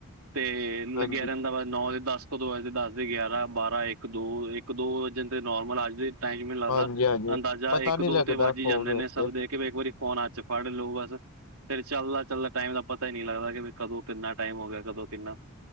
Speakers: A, on the right; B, on the left.
A: ਤੇ
B: ਹਾਂਜੀ।
A: ਲੱਗਿਆ ਰੈਦਾ ਵਾ, ਨੌ ਜਾਂ ਦਸ ਵੱਜ ਦਸ ਦੇ ਗਿਆਰਾਂ, ਬਾਰਾਂ ਇੱਕ, ਦੋ-ਇੱਕ, ਦੋ ਵਜਨ ਤੇ ਨੋਰਮਲ ਅੱਜ ਦੇ ਟਾਈਮ ਮੈਨੂੰ ਲੱਗਦਾ,
B: ਹਾਂਜੀ, ਹਾਂਜੀ
A: ਅੰਦਾਜ਼ਾ
B: ਪਤਾ
A: ਇੱਕ-ਦੋ
B: ਨੀ ਲੱਗਦਾ
A: ਤੇ ਵੱਜ ਈ
B: ਫੋਨ
A: ਜਾਂਦੇ ਨੇ
B: ਵਿੱਚ
A: ਸਭ
B: ਤੇ
A: ਦੇ ਕਿਵੇ ਇੱਕ ਵਾਰੀ ਫੋਨ ਹਥ ਚ ਫੜ ਲਓ ਬਸ। ਫੇਰ ਚੱਲਦਾ- ਚੱਲਦਾ ਟਾਈਮ ਦਾ ਪਤਾ ਹੀ ਨਹੀਂ ਲੱਗਦਾ ਕਿ ਵੀ ਕਦੋਂ ਕਿੰਨਾ ਟਾਈਮ ਹੋ ਗਿਆ ਕਦੋਂ ਕਿੰਨਾ